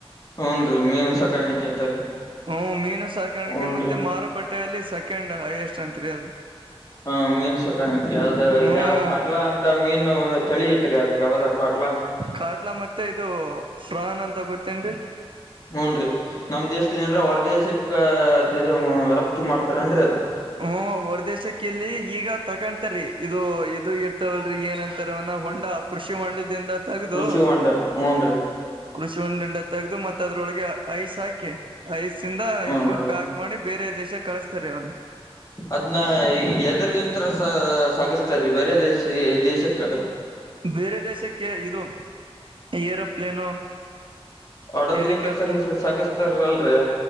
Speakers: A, on the left; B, on the right.
A: ಹ್ಮ್, ನ್ರಿಮೀನು ಸಾಕಾಣಿಕ ಅಂತಲ್ಲಿ
B: ಹ್ಮ್, ಮೀನು ಸಾಕಾಣಿಕೆ
A: ಹೂನ್ರೀ
B: ಮತ್ತೆ ಮಾರುಕಟ್ಟೆಯಲ್ಲಿ ಸೆಕೆಂಡ್ ಹೈಯೆಸ್ಟ್ ಅಂತರಿ ಅದು.
A: ಹ, ಮೀನ್ ಸಕಾಣಿಕ್ಕೆ ಅದ
B: ಹ್ಮ್
A: ಕಾಡ್ಲಾ ಅಂತ ಮೀನು ತಳಿ ಐತ್ರಿ ಅದ ಯಾವದ ಕಾಟ್ಲಾ
B: ಕಾಟ್ಲಾ ಮತ್ತೆ ಇದು ಪ್ರಹಾನ ಅಂತ ಗೊತ್ತೇನ್ರಿ.?
A: ಹ್ಮ್ ನ್ರಿನಮ್ ದೇಶಲಿ ಏನ್ರಹೊರ ದೇಶಕ್ಕ ಅ ರಫ್ತು ಮಾಡ್ತಾರೇನ್ರಿ ಅದ-
B: ಹ್ಮ, ಹೊರದೇಶಕ್ಕ ಇಲ್ಲಿ ಈಗ ತಕೊಂತ್ರೀ ಇದು ಇದು ಇರ್ತವಲ್ರಿ ಏನ್ಂತಾರವನ ಹೊಂಡಾ- ಕೃಷಿ ಹೊಂಡದಿಂದ ತೆಗ್ದು
A: ಕೃಷಿ ಹೊಂಡ ಹ್ಮ್ ರೀ
B: ಕೃಷಿ ಹೊಂಡದಿಂದ ತಗದು ಮತ್ತೆ ಅದ್ರೊಳಗೆ ಐಸ್ ಹಾಕಿ ಐಸ್ ಇಂದ
A: ಹೂನ್ರಿ
B: ಫುಲ್ ಪ್ಯಾಕ್ ಮಾಡಿ ಬೇರೆ ದೇಶಕ್ಕೆ ಕಳಿಸ್ತಾರೆ ಅವನ್ನ.
A: ಅದ್ನ ಎದರ್ಲನ್ ತರ ಸ ಸಾಗಸ್ತಾರೀ ಬೇರೆ ದೇಶ ದೇಶಕ್ಕೆ ಅದು
B: ಬೇರೆ ದೇಶಕ್ಕೆ ಇದು ಏರೋಪ್ಲೇನು
A: ಹಡಗ್ಲಿಂದ
B: ಹೆಲಿಕಾಪ್ಟರ್
A: ಸ ಸಾಗಸ್ತಾರ್ ಅಲ್ರೀ